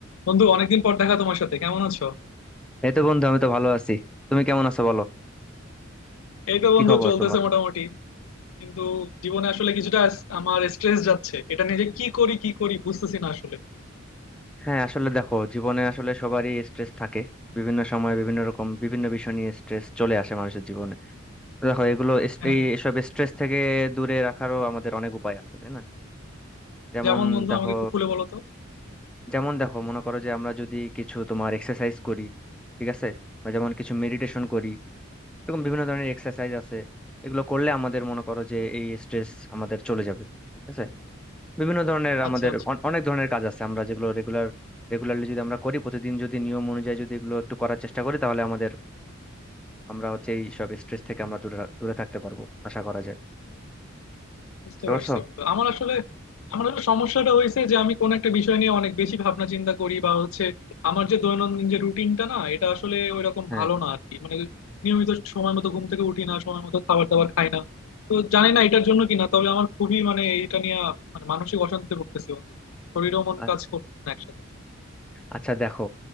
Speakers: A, on the left (about 80°); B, in the centre.
A: বন্ধু অনেকদিন পর দেখা তোমার সাথে কেমন আছো
B: এই তো বন্ধু আমি তো ভালো আছি তুমি কেমন আছো বলো
A: এই তো
B: কি
A: বন্ধু
B: খবর
A: চলতেছে
B: তোমার
A: মোটামুটি কিন্তু জীবনে আসলে কিছুটা আস- আমার স্ট্রেস যাচ্ছে এটা নিয়ে যে কি করি কি করি বুঝতেছি না আসলে
B: হ্যাঁ আসলে দেখো জীবনে আসলে সবারই স্ট্রেস থাকে বিভিন্ন সময় বিভিন্ন রকম বিভিন্ন বিষয় নিয়ে স্ট্রেস চলে আসে মানুষের জীবনে তো দেখো এগুলো এস-
A: হ্যাঁ
B: এই এসব স্ট্রেস থেকে দূরে রাখারও আমাদের অনেক উপায় আছে তাই না যেমন
A: যেমন বন্ধু
B: দেখো
A: আমাকে একটু খুলে বলো তো
B: যেমন দেখো মনে করো যে আমরা যদি কিছু তোমার এক্সারসাইজ করি ঠিক আছে বা যেমন কিছু মেডিটেশন করি এরকম বিভিন্ন ধরনের এক্সারসাইজ আছে এগুলো করলে আমাদের মনে করো যে এই স্ট্রেস আমাদের চলে যাবে ঠিক আছে বিভিন্ন ধরনের আমাদের
A: আচ্ছা আচ্ছা
B: অন- অনেক ধরনের কাজ আছে আমরা যেগুলো রেগুলার রেগুলারলি যদি আমরা করি প্রতিদিন যদি নিয়ম অনুযায়ী যদি এগুলো একটু করার চেষ্টা করি তাহলে আমাদের আমরা হচ্ছে এই সব স্ট্রেস থেকে আমরা দূরে রা- দূরে থাকতে পারবো আশা করা যায়
A: বুঝতে
B: বুঝতে পারছো
A: পারছি বন্ধু আমার আসলে আমার আসলে সমস্যাটা হয়েছে যে আমি কোন একটা বিষয় নিয়ে অনেক বেশি ভাবনা চিন্তা করি বা হচ্ছে আমার যে দৈনন্দিন যে রুটিনটা না এটা আসলে ওইরকম
B: হ্যাঁ
A: ভালো না আর কি মানে নিয়মিত সময় মতো ঘুম থেকে উঠি না সময় মতো খাবার দাবার খাই না তো জানি না এটার জন্য কিনা তবে আমার খুবই মানে এটা নিয়ে মানে মানসিক অশান্তিতে ভুগতেছি বন্ধু শরীরও মন
B: আ-
A: কাজ করতেছে না একসাথে
B: আচ্ছা দেখো